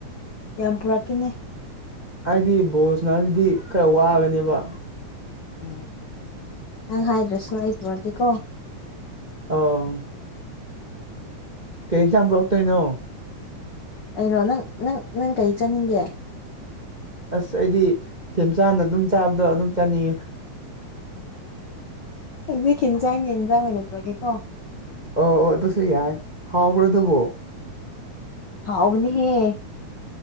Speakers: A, on the left; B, on the right.
A: ꯌꯥꯝ ꯄꯨꯔꯛ ꯀꯦꯅꯦ
B: ꯍꯥꯏꯗꯤ ꯕꯣꯁꯅꯗꯨꯗꯤ ꯈꯔ ꯋꯥꯒꯅꯦꯕ
A: ꯎ ꯅꯪ ꯍꯥꯏꯗ꯭ꯔꯁꯅ ꯑꯩ ꯄꯨꯔꯒꯦꯀꯣ
B: ꯑꯣ ꯀꯩ ꯏꯟꯆ ꯄꯨꯔꯛꯇꯣꯏꯅꯣ
A: ꯀꯩꯅꯣ ꯅꯪ ꯅꯪ ꯅꯪ ꯀꯔꯤ ꯆꯥꯅꯤꯡꯒꯦ
B: ꯑꯁ ꯑꯩꯗꯤ ꯊꯦꯝꯆꯥꯥꯅ ꯑꯗꯨꯝ ꯆꯥꯕꯗꯣ ꯑꯗꯨꯝ ꯆꯥꯅꯤꯡꯉꯦ
A: ꯍꯧꯛ ꯍꯤꯟꯖꯥꯡꯒꯤ ꯌꯦꯟꯖꯥꯡ ꯑꯣꯏꯅ ꯄꯨꯔꯛꯒꯦꯀꯣ
B: ꯑꯣ ꯑꯣ ꯑꯗꯨꯁꯨ ꯌꯥꯏ ꯍꯥꯎꯕ꯭ꯔꯣ ꯑꯗꯨꯕꯨ
A: ꯍꯥꯎꯅꯤꯒꯦ